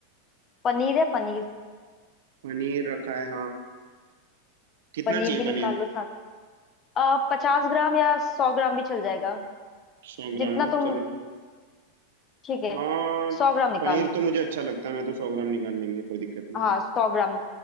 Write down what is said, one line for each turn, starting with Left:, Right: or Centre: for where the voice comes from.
Left: पनीर है पनीर
Right: पनीर रखा है हाँ कितना
Left: पनीर
Right: चाहिए
Left: भी निकाल
Right: पनीर
Left: लो साथ आ, पचास ग्राम या सौ ग्राम भी चल जाएगा
Right: सौ ग्राम
Left: जितना
Right: हाँ
Left: तुम
Right: चलो ठीक
Left: ठीक है
Right: हाँ
Left: सौ ग्राम निकाल
Right: पनीर
Left: लो
Right: तो मुझे अच्छा लगता है मैं तो सौ ग्राम निकाल लेंगे कोई दिक्कत नहीं
Left: हाँ
Right: है
Left: सौ ग्राम